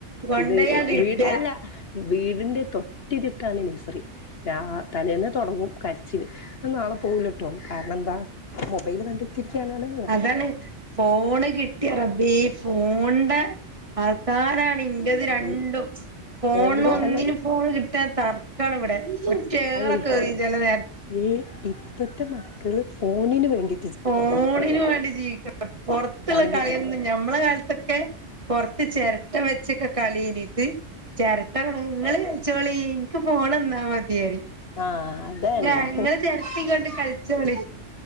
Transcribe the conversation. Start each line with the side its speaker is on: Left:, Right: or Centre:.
Right: കൊണ്ടയാണ്ട്
Left: ഇദ്
Right: ഇട
Left: വീട് അല്ല വീടിന്റെ തൊ തൊട്ടരിത്താണ് നേഴ്സറി രാ തലേന്നെ തൊടങ്ങും കരച്ചില് ഞാൻ നാളെ പോകില്ലട്ടൊ കാരണം എന്താ മൊബൈൽ കണ്ട് കുത്തിരിക്കാനാണ്.
Right: അതാണ് ഫോണ് കിട്ടിയ റബ്ബേ ഫോൺന്റെ ആൾക്കാരാണ് ഇന്റെത് രണ്ടും
Left: അത്
Right: ഫോൺ
Left: എവിടെ
Right: ഒന്നിനും
Left: അല്ല
Right: ഫോണ് കിട്ടാ തർക്കാണ് ഇവ്ടെ ഒറ്റയേറ്
Left: അയ്
Right: ക്കെ എറിയും ചെല നേര
Left: ഈ ഇപ്പഴ്ത്തെ മക്കള് ഫോണിന് വേണ്ടി
Right: ഫോണിന് വാണ്ടി ജീവിക്ക്ണ ‌ പൊറത്ത്ള്ള
Left: കാരണം
Right: കളിയൊന്ന് ഞമ്മളെ കാലത്തൊക്കെ പൊറത്ത് ചേരട്ട വെച്ചൊക്കെ കളിയായ്നു ഇത് ചേരട്ട ഇങ്ങള് കൾച്ചോളി നിക്ക് ഫോണന്നാ മതി അറിം
Left: ആഹ് അതന്നെ
Right: ഞങ്ങള് ചേരട്ടെ കൊണ്ട് കള് ചോളി